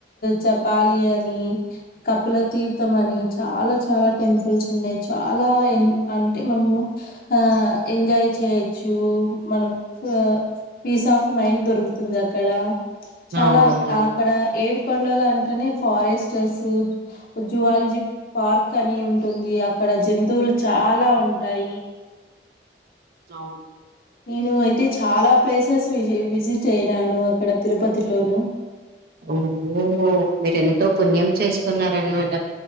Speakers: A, on the right; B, on the left.
A: హ్మ్.
B: జపాలియన్ నీ కపిల తీర్థం అని, చాలా చాలా టెంపుల్స్ ఉన్నాయి చాలా ఎన్ అంటే మనము ఆ ఎంజాయ్ చేయచ్చు మనం ఆ పీస్ ఆఫ్ మైండ్ దొరుకుతుంది అక్కడ, చాలా
A: అవును.
B: అక్కడ ఏడుకొండలు అంటేనే ఫారెస్టర్స్, జువాలజీ పార్క్ అని ఉంటుంది. ఇగ అక్కడ జంతువులు చాలా ఉంటాయి.
A: ఆవు
B: నేను అయితే చాలా ప్లేసెస్ విజి విజిట్ అయినాను అక్కడ తిరుపతిలోను.
A: ఓ ఓ మీరెంతో పుణ్యం చేసుకున్నారనమాట.